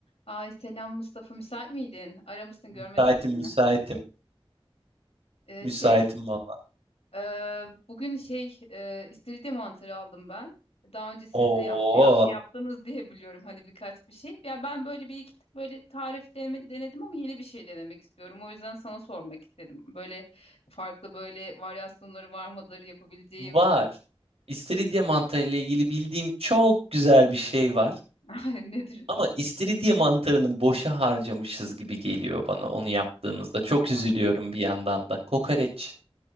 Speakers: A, on the left; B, on the right.
A: Ay selam Mustafa müsait miydin? Aramışsın görmedim
B: Müsaitim,
A: de seni.
B: müsaitim.
A: Ee,
B: Müsaitim
A: şey
B: valla.
A: e, bugün şey e, istiridye mantarı aldım ben. Daha önce siz
B: Oo,
A: de yap- ya- yaptınız diye biliyorum hani birkaç bir şey. Ya ben böyle bir iki böyle tarif deneme- denedim ama yeni bir şey denemek istiyorum. O yüzden sana sormak istedim. Böyle farklı böyle varyasyonları var mıdır yapabileceğim
B: var. İstiridye mantarı ile ilgili bildiğim çok güzel bir şey var.
A: <laughs> nedir?
B: Ama istiridye mantarını boşa harcamışız gibi geliyor bana onu yaptığımızda. Çok
A: Aa,
B: üzülüyorum bir yandan da. Kokoreç.